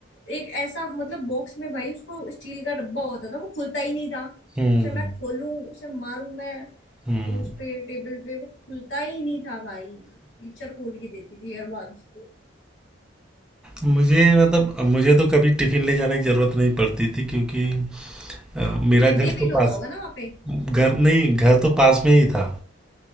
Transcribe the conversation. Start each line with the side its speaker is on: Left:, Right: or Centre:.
Left: एक ऐसा मतलब बॉक्स में भाई उसको स्टील का डब्बा होता था वो खुलता ही नहीं था
Centre: हम्म
Left: उसे मैं खोलूं उसे मारूं मैं
Centre: हम्म
Left: उस पे टेबल पे वो खुलता ही नहीं था भाई टीचर खोल के देती थी हर बार उसको
Centre: मुझे मतलब मुझे तो कभी टिफिन ले जाने की जरूरत नहीं पड़ती थी क्योंकि अ, मेरा
Left: मिड
Centre: घर
Left: डे
Centre: तो
Left: मील होता
Centre: पास
Left: होगा ना वहाँ पे
Centre: घर नहीं घर तो पास में ही था